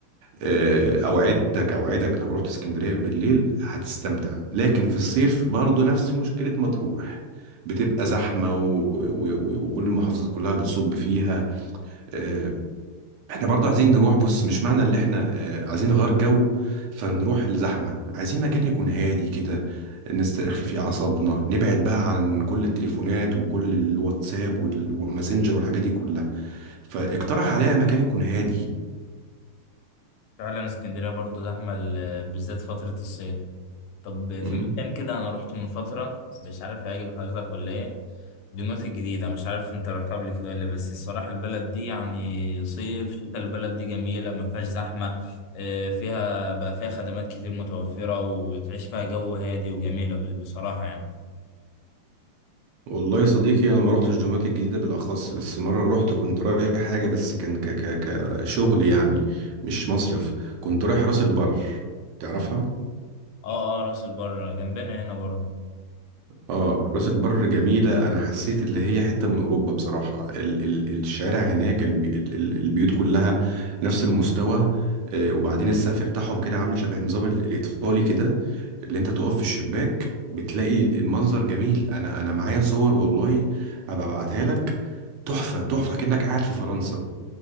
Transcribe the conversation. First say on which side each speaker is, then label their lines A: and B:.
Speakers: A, on the right (about 80°); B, on the left (about 80°).
A: آه، أوعدك أوعدك لو رحت اسكندرية بالليل هتستمتع لكن في الصيف برضو نفس مشكلة مطروح بتبقى زحمة و... و... و... وكل المحافظات كلها بتصب فيها آه، احنا برضه عايزين نروح بص مش معنى اللي احنا آه، عايزين نغير جو فنروح لزحمة عايزين مكان يكون هادي كده نسترخي فيه أعصابنا نبعد بقى عن كل التليفونات وكل الواتساب وال- والماسنجر والحاجات دي كلها فاقترح عليا مكان يكون هادي
B: فعلا اسكندريه برضه زحمه ال- بالذات فتره الصيف طب في
A: مم.
B: مكان كده انا رحت من فتره مش عارف هيعجب حضرتك ولا ايه دمياط الجديدة مش عارف انت رحتها قبل كده ولا بس الصراحة البلد دي يعني صيف شتاء البلد دي جميلة ما فيهاش زحمة اه، فيها بقى فيها خدمات كتير متوفرة وتعيش فيها جو هادي وجميلة ب- بصراحة يعني
A: والله يا صديقي انا ما رحتش دمياط الجديده بالاخص بس مره رحت كنت رايح حاجه بس كان ك ك كشغل يعني مش مصيف كنت رايح راس البر تعرفها
B: اه اه راس البر جنبنا هنا بره
A: اه راس البر جميلة انا حسيت اللي هي حتة من اوروبا بصراحة ال ال الشارع هناك البي ال البيوت كلها نفس المستوى آه، وبعدين السقف بتاعهم كده عامل شبه النظام ال- الايطالي كده اللي انت تقف في الشباك بتلاقي المنظر جميل انا انا معايا صور والله هبقى ابعتها لك تحفة تحفة كأنك قاعد في فرنسا